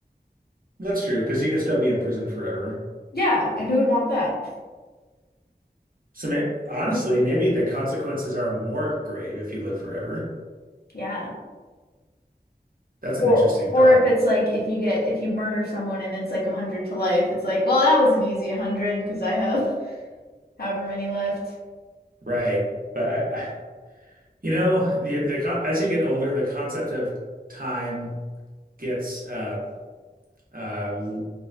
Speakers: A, on the right (about 55°); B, on the left (about 65°).
A: That's true, because you could still be in prison forever.
B: Yeah, and who would want that? <laughs>
A: So may honestly, maybe the consequences are more grave if you live forever.
B: Yeah.
A: That's
B: Or
A: an interesting
B: or
A: thought,
B: if it's like if you get if you murder someone and it's like a hundred to life, it's like, well, that was an easy hundred because I have <laughs> however many left.
A: right? But I, I, you know, the the con as you get older, the concept of time gets uh uh l-